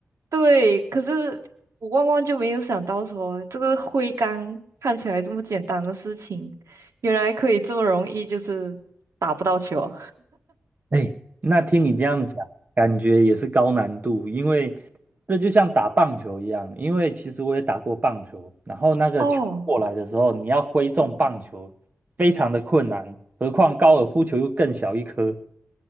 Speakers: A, on the right; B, on the right.
A: 对，可是我万万就没有想到说，这个挥杆看起来这么简单的事情，原来可以这么容易就是打不到球。
B: 哎，那听你这样讲，感觉也是高难度，因为这就像打棒球一样，因为其实我也打过棒球，然后那个球过来的时候，
A: 哦，
B: 你要挥中棒球，
A: 嗯，
B: 非常的困难，何况高尔夫球又更小一颗。